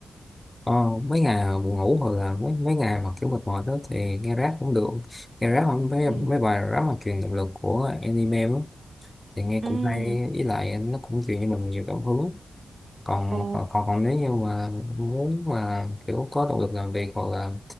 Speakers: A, on the left; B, on the right.
A: Ờ, mấy ngày buồn ngủ hoặc là mấy mấy ngày mà kiểu mệt mỏi đó thì nghe rap cũng được nghe rap không mấy
B: ừ
A: mấy bài rap mà truyền động lực của anime đó, thì nghe
B: ừ
A: cũng hay với lại nó cũng truyền cho mình nhiều cảm hứng còn
B: ồ
A: còn còn, còn nếu như mà muốn mà kiểu có động lực làm việc hoặc là